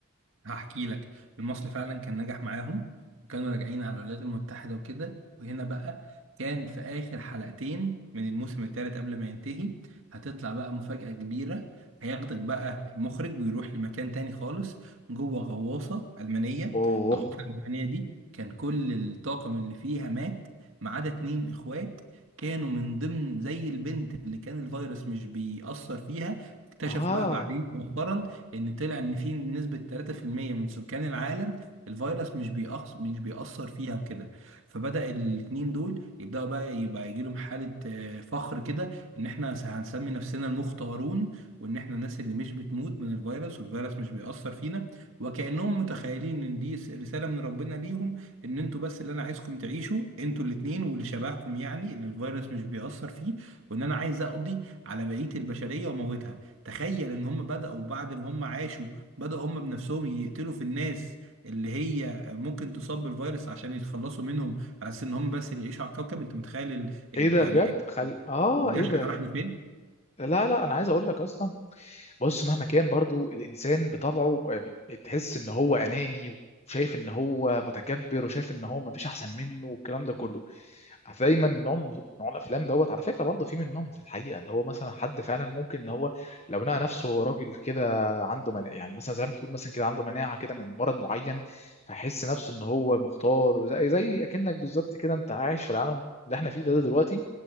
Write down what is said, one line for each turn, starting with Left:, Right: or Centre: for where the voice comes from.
Right: هحكي لك المصري فعلا كان نجح معاهم وكانوا راجعين على الولايات المتحدة وكده وهنا بقى كان في آخر حلقتين من الموسم الثالث قبل ما ينتهي هتطلع بقى مفاجأة كبيرة هياخدك بقى المخرج ويروح لمكان تاني خالص جوه غواصة ألمانية
Left: اوه
Right: الغواصة الألمانية دي كان كل الطاقم اللي فيها مات ما عدا اتنين إخوات كانوا من ضمن زي البنت اللي كان الفيروس مش بيأثر فيها اكتشفوا
Left: اه
Right: بقى بعدين مؤخرا ان طلع ان في نسبة 3% من سكان العالم الفيروس مش بيأثر مش بيأثر فيها بكده فبدأ الاتنين دول يبدأوا بقى يبقى يجي لهم حالة آه، فخر كده ان احنا هنسمي نفسنا المختارون وان احنا الناس اللي مش بتموت من الفيروس والفيروس مش بيأثر فينا وكأنهم متخيلين ان دي س- رسالة من ربنا ليهم ان انتوا بس اللي انا عايزكم تعيشوا انتوا الاتنين واللي شبهكم يعني ان الفيروس مش بيأثر فيه وان انا عايز اقضي على بقية البشرية واموتها تخيل ان هم بدأوا بعد ما هم عاشوا بدأوا هم بنفسهم يقتلوا في الناس اللي هي ممكن تصاب بالفيروس عشان يتخلصوا منهم على اساس ان هم بس اللي يعيشوا على الكوكب انت متخيل ال... ال...
Left: ايه ده
Right: يعني
Left: بجد خل اه
Right: الجشع
Left: ايه ده
Right: راح لفين؟
Left: لا لا انا عايز اقول لك اصلا بص مهما كان برضو الانسان بطبعه بتحس ان هو اناني وشايف ان هو متكبر وشايف ان هو ما فيش احسن منه والكلام ده كله دايما نوع نوع الافلام دوت على فكره برضه في منهم في الحقيقه ان هو مثلا حد فعلا ممكن ان هو لو لقى نفسه هو راجل كده عنده مناعه يعني مثلا زي ما بتقول مثلا كده عنده مناعه كده من مرض معين فيحس نفسه ان هو مختار زي زي اكنك بالظبط كده انت عايش في العالم اللي احنا فيه ده دلوقتي